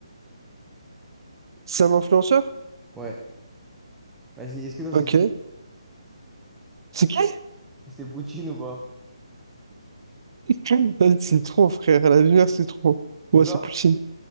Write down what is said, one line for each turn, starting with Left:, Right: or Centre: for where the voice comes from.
Right: C'est un influenceur?
Centre: Ouais. Vas-y, est-ce que toi,
Right: Ok.
Centre: c'est
Right: C'est qui?
Centre: c'est Poutine ou pas?
Right: <laughs> C'est trop, frère. La lumière, c'est trop.
Centre: C'est
Right: Ouais,
Centre: ça?
Right: c'est Poutine.